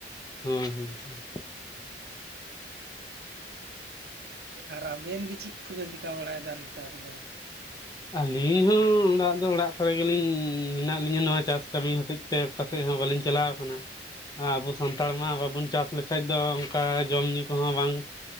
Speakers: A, on the left (about 20°); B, on the right (about 60°).
A: ᱦᱩᱸ ᱦᱩᱸ ᱦᱩᱸ
B: ᱟᱨ ᱟᱵᱮᱱ ᱜᱮ ᱪᱤᱫ ᱠᱩᱵᱮᱱ ᱪᱤᱠᱟᱹ ᱵᱟᱲᱟᱭᱮᱫᱟ ᱱᱮᱛᱟᱨ ᱫᱚ?
A: ᱟᱹᱞᱤᱧ ᱦᱚᱸ ᱚᱲᱟᱜ ᱫᱚ ᱚᱲᱟᱜ ᱠᱚᱨᱮ ᱜᱮᱞᱤᱧ ᱢᱮᱱᱟᱜ ᱞᱤᱧᱟᱹ ᱱᱚᱣᱟ ᱪᱟᱥ ᱠᱟᱹᱢᱤ ᱦᱚᱛᱮᱫ ᱛᱮ ᱚᱠᱟᱥᱮᱫ ᱦᱚᱸ ᱵᱟᱞᱤᱧ ᱪᱟᱞᱟᱣ ᱟᱠᱟᱱᱟ ᱟᱵᱚ ᱥᱟᱱᱛᱟᱲ ᱢᱟ ᱵᱟᱵᱩᱱ ᱪᱟᱥ ᱞᱮᱠᱟᱡ ᱫᱚ, ᱠᱟ ᱡᱚᱢ ᱧᱩ ᱠᱚᱦᱚᱸ ᱵᱟᱝ